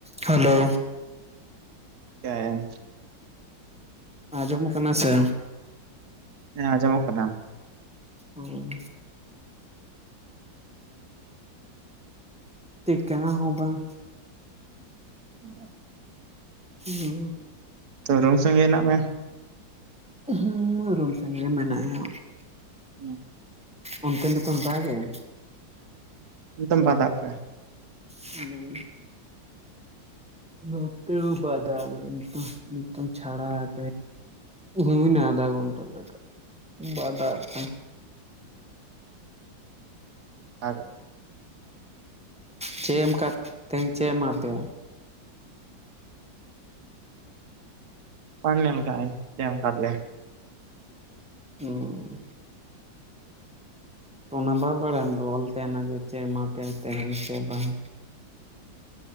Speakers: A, in the centre; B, on the right.
A: hello
B: ᱦ
A: ᱟᱸᱡᱚᱢᱚᱜ ᱠᱟᱱᱟ ᱥᱮ
B: ᱟᱸᱡᱚᱢᱚᱜ ᱠᱟᱱᱟ
A: ᱦᱩᱸ ᱪᱮᱫ ᱠᱟᱱᱟ ᱦᱚᱸ ᱵᱟᱝ
B: ᱦ
A: ᱦᱩ
B: ᱛᱚ ᱨᱚᱝ ᱥᱟᱚᱝᱜᱮ ᱦᱮᱱᱟᱜ ᱢᱮ
A: ᱦ ᱨᱢ ᱥᱮ ᱜᱮ ᱢᱮᱱᱟᱭᱟ
B: ᱦᱮᱸ
A: ᱚᱱᱛᱮ ᱱᱤᱛᱚᱜ ᱫᱟᱜ ᱮᱟᱭ
B: ᱮᱫᱚᱢ ᱵᱟᱫᱟᱜ ᱠᱟᱜ ᱟᱭ
A: ᱦᱮᱸ ᱱᱚᱛ ᱵᱟᱫᱷᱟᱜ ᱱᱤᱛ ᱱᱤᱛ ᱪᱷᱟᱲᱟᱠ ᱦᱤᱱ ᱟᱫᱷᱟ ᱜᱷᱚᱱᱴᱟ ᱞᱟᱜᱟᱜ ᱵᱟᱫᱜ ᱟᱜᱠᱟ
B: ᱟ
A: ᱪᱮᱫ ᱮᱢ ᱠᱟᱜ ᱛᱮᱦᱧ ᱪᱮᱫ ᱮᱢᱟ ᱯᱮᱭᱟ
B: ᱵᱟ ᱧᱮᱞᱠᱟᱟᱹᱧ ᱪᱮᱫ ᱮᱢᱠᱟ ᱞᱮ
A: ᱚ ᱛᱚ ᱚᱱᱟ ᱵᱟᱟᱭ ᱵᱟᱲᱟᱭᱟᱢ ᱫᱚ ᱚᱞ ᱛᱟᱦᱮᱱᱟ ᱡᱮ ᱪᱮᱫ ᱮᱢᱟ ᱯᱮ ᱛᱟᱦᱮᱦᱧ ᱥᱮ ᱵᱟᱝ